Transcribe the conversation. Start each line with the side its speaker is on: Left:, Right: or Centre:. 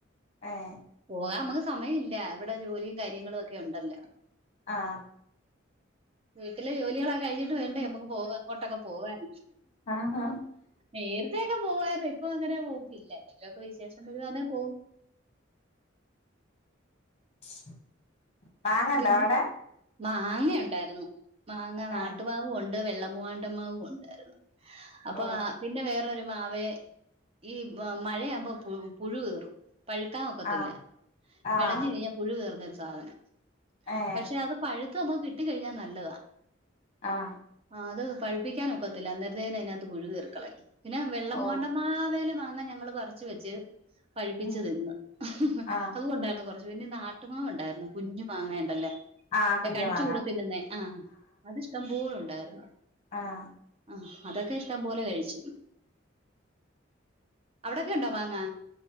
Left: ഏഹ്
Right: പോകാൻ നമ്മക്ക് സമയ ഇല്ല. ഇവിടെ ജോലിയും കാര്യങ്ങളും ഒക്കെ ഒണ്ടല്ലോ.
Left: ആഹ്
Right: വീട്ടിലെ ജോലികളൊക്കെ കഴിഞ്ഞിട്ട് വേണ്ടേ നമ്മുക്ക് പോവാ എങ്ങോട്ടൊക്കെ പോവാൻ
Left: ആഹാ
Right: നേരത്തെയൊക്കെ പോവായിരുന്നു. ഇപ്പ അങ്ങനെ പോക്കില്ല. വല്ലൊക്കെ വിശേഷം വരുവാന്നെ പോവും.
Left: <unintelligible>
Right: പിന്നെ
Left: അവിടെ
Right: മാങ്ങയുണ്ടായിരുന്നു. മാങ്ങ നാട്ട്മാ
Left: ഏഹ്
Right: വുണ്ട് വെള്ളമൂവാണ്ടമാവുണ്ടായിരുന്നു. അപ്പൊ
Left: ഓ
Right: പിന്നെ വേറൊരു മാവെ ഈ മഴയാവുമ്പ പു പുഴു കയറും. പഴുക്കാൻ ഒക്കത്തില്ല.
Left: ആഹ് ആഹ്
Right: വെളഞ്ഞ് കഴിഞ്ഞാ പുഴു കേറുന്നൊരു സാധനം.
Left: ഏഹ്
Right: പക്ഷെ അത് പഴുത്ത് നമുക്ക് കിട്ടിക്കഴിഞ്ഞാ നല്ലതാ.
Left: ആഹ്
Right: ആഹ് അത് പഴപ്പിക്കാനൊക്കത്തില്ല. അന്നേരത്തേന് അതിനകത്ത് പുഴു കേറിക്കളയും. പിന്നെ വെള്ളമൂവാണ്ടമ്മാവേല
Left: ഓ
Right: മാങ്ങ ഞങ്ങള് പറച്ച് വെച്ച് പഴുപ്പിച്ച്
Left: ഉം
Right: തിന്ന്.
Left: ആഹ്
Right: അതും ഉണ്ടായിരുന്നു കൊറച്ച്. പിന്നെ നാട്ടുമാവ്ണ്ടായിരുന്നു കുഞ്ഞു മാങ്ങേണ്ടല്ല
Left: ആഹ് കുഞ്ഞ്
Right: കടിച്ചൂറത്തി
Left: മാങ്ങ
Right: തിന്നേ ആഹ് അത് ഇഷ്ടംപോല ഒണ്ടായിരുന്നു.
Left: ആഹ്
Right: ആഹ്, അതൊക്കെ ഇഷ്ടം പോലെ കഴിച്ച്. അവിടക്കെണ്ടോ മാങ്ങ?